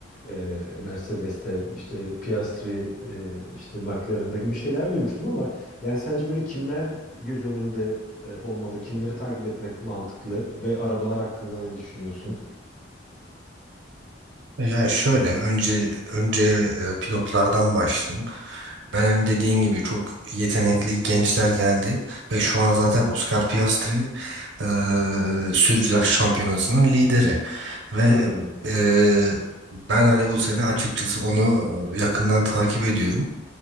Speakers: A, on the left; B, on the right.
A: e, Mercedes'te, işte Piastri, e, işte McLaren'da gibi şeyler duymuştum ama yani sence böyle kimler göz önünde e, olmalı, kimleri takip etmek mantıklı ve arabalar hakkında ne düşünüyorsun?
B: Yani şöyle önce önce e, pilotlardan başlayayım. Ben hani dediğin gibi çok yetenekli gençler geldi ve şu an zaten Oscar Piastri eee Sürücüler Şampiyonası'nın lideri ve
A: Hmm.
B: eee, ben hani bu sene açıkçası onu yakından takip ediyorum.